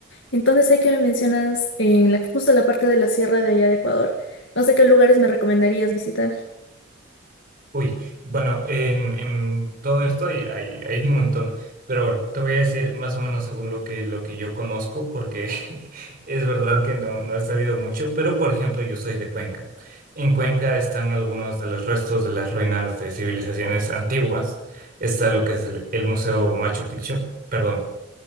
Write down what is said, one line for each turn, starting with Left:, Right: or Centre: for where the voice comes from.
Left: Entonces hay que me mencionas en la, justo la parte de la sierra de allá de Ecuador. No sé qué lugares me recomendarías visitar.
Right: Uy, bueno, en, en todo esto hay, hay, hay un montón, pero bueno, te voy a decir más o menos según lo que, lo que yo conozco, porque <laughs> es verdad que no, no he sabido mucho, pero por ejemplo yo soy de Cuenca. En Cuenca están algunos de los restos de las ruinas de civilizaciones antiguas. Está lo que es el, el Museo Machu Picchu, perdón,